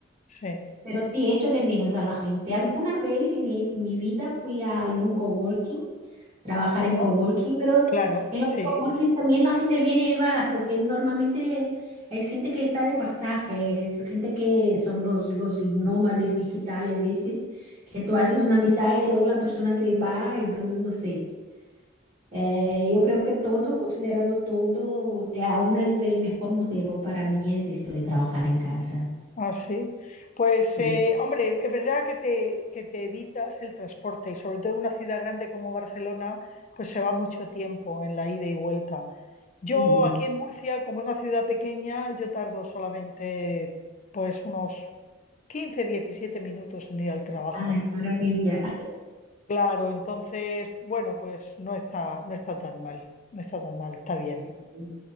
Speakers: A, on the left; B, on the right.
A: Sí,
B: Pero sí echo de menos a la gente. Alguna vez en mi, mi vida fui a algún coworking, trabajar en coworking,
A: ¿no?
B: pero
A: Claro,
B: en los
A: sí,
B: coworkings también la gente viene y va, porque normalmente es gente que está de pasaje, es gente que son los, los nómades digitales, esos, que tú haces una amistad y luego la persona se va, entonces no sé. Eh, yo creo que todo, considerando todo, eh, aún es el mejor modelo para mí es esto de trabajar en casa.
A: así. Pues,
B: Sí.
A: eh, hombre, es verdad que te, que te evitas el transporte y sobre todo en una ciudad grande como Barcelona, pues se va mucho tiempo en la ida y vuelta. Yo
B: Sí.
A: aquí en Murcia, como es una ciudad pequeña, yo tardo solamente pues unos 15 17 minutos en ir al trabajo.
B: Ay, qué maravilla.
A: Claro, entonces, bueno, pues no está, no está tan mal, no está tan mal, está bien.
B: Sí, sí,